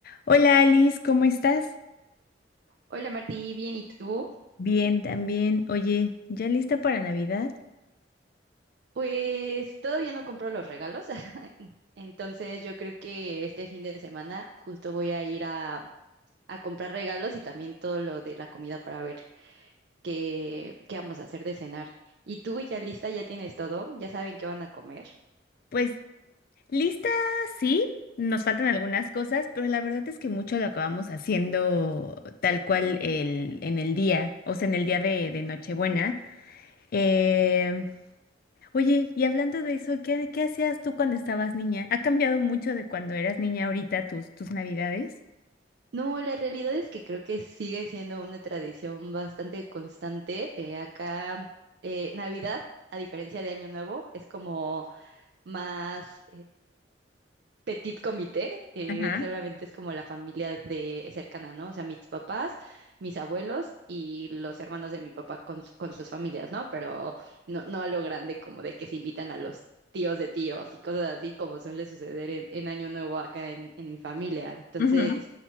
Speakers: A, on the left (about 55°); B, on the right (about 60°).
A: Hola Alice, ¿cómo estás?
B: Hola Martí, bien, ¿y tú?
A: Bien, también. Oye, ¿ya lista para Navidad?
B: Pues todavía no compro los regalos, <laughs> entonces yo creo que este fin de semana justo voy a ir a, a comprar regalos y también todo lo de la comida para ver qué, qué vamos a hacer de cenar. ¿Y tú ya lista? ¿Ya tienes todo? ¿Ya saben qué van a comer?
A: Pues lista, sí, nos faltan algunas cosas, pero la verdad es que mucho lo acabamos haciendo tal cual el, en el día, o sea, en el día de, de Nochebuena. Eh, oye, y hablando de eso, ¿qué, qué hacías tú cuando estabas niña? ¿Ha cambiado mucho de cuando eras niña ahorita tus, tus Navidades?
B: No, la realidad es que creo que sigue siendo una tradición bastante constante. eh, acá, eh, Navidad, a diferencia de Año Nuevo, es como más... petit comité, eh,
A: Ajá,
B: solamente es como la familia de cercana, ¿no? O sea, mis papás, mis abuelos y los hermanos de mi papá con, su- con sus familias, ¿no? Pero no, no a lo grande como de que se invitan a los tíos de tíos y cosas así como suele suceder en, en Año Nuevo acá en, en mi familia. Entonces,
A: ujú,